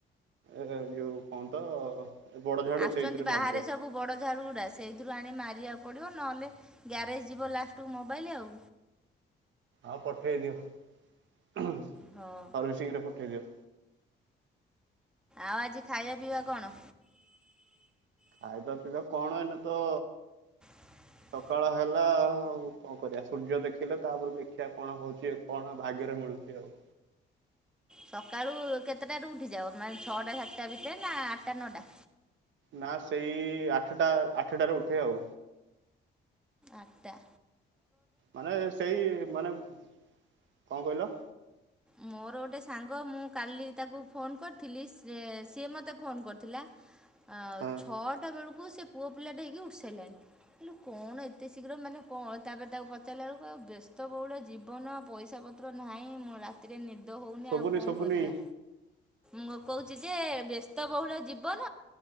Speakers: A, on the right; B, in the centre.
A: ଏ ଯୋଉ କଣନ୍ତ? ବଡଝାଡୁ
B: ଆସୁଛନ୍ତି
A: ସେଇଥିରେ
B: ବାହାରେ
A: ମାରିଦିଅନ୍ତି।
B: ସବୁ ବଡ଼ ଝାଡ଼ୁଗୁଡ଼ା ସେଇଥିରୁ ଆଣି ମାରିବାକୁ ପଡ଼ିବ। ନହେଲେ ଗ୍ୟାରେଜ ଯିବ ଲାଷ୍ଟ କୁ ମୋବାଇଲ୍। ଆଉ।
A: ଆଉ ପଠେଇଦିଅ। <unintelligible>
B: ହଁ।
A: ହଉ ସିଘ୍ର ପଠେଇଦିଅ।
B: ଆଉ ଆଜି ଖାଇବା ପିଇବା କଣ?
A: ଆଉ ତ ଅସୁଧା <unintelligible> କଣ ଏଇନେ ତ
B: <inaudible>
A: ସକାଳ ହେଲା। ଆଉ କଣ କରିବା? ସୂର୍ଯ୍ୟ ଦେଖିଲେ ତାପରେ ଦେଖିବା କଣ ହଉଛି କଣ ଭାଗ୍ୟରେ ମିଳୁଛି ଆଉ
B: ସକାଳୁ କେତେଟାରୁୁ ଉଠିଯାଅ, ମାନେ ଛଅଟା ସାତଟା ଭିତରେ ନା ଆଠଟା ନଅଟା?
A: ନା ସେଇ ଆଠଟା, ଆଠଟାରେ ଉଠେ ଆଉ
B: ଆଟଟା
A: ମାନେ ସେଇ ମାନେ, କଣ କହିଲ?
B: ମୋର ଗୋଟେ ସାଙ୍ଗ, ମୁଁ କାଲି ତାକୁ ଫୋନ କରିଥିଲି। ସେ ସିଏ ମୋତେ ଫୋନ କରିଥିଲା। ଆ
A: ହଁ
B: ଛଅଟା ବେଳକୁ ସେ ପୁଅ ପିଲାଟେ ହେଇକି ଉଠି ସାରିଲାଣି। ହେ କଣ ଏତେ ଶୀଘ୍ର ମାନେ କଣ? ତାପରେ ତାକୁ ପଚାରିଲା ବେଳକୁ ଆଉ ବ୍ୟସ୍ତବହୁଳ ଜୀବନ ଆଉ ପଇସା ପତ୍ର ପତ୍ର ନାହିଁ। ମୁଁ ରାତିରେ ନିଦ ହଉନି
A: ଶୁଭୁନି
B: ଆଉ କଣ
A: ଶୁଭୁନି
B: କରିବା? ମୁଁ, କହୁଛି ଯେ, ବ୍ୟସ୍ତବହୁଳ ଜୀବନ